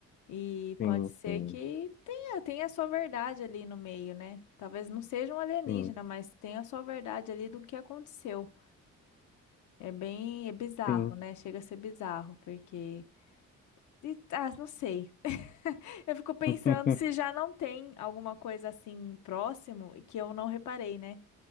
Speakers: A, on the left (about 75°); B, on the left (about 35°).
A: E
B: Sim,
A: pode ser
B: sim,
A: que tenha, tenha a sua verdade ali no meio, né? Talvez não seja um alienígena,
B: sim,
A: mas tenha a sua verdade ali do que aconteceu. É bem, é bizarro,
B: sim.
A: né? Chega a ser bizarro, porque. e- Ah, não sei. <laughs> Eu fico pensando
B: <laughs>
A: se já não tem alguma coisa assim próximo que eu não reparei, né?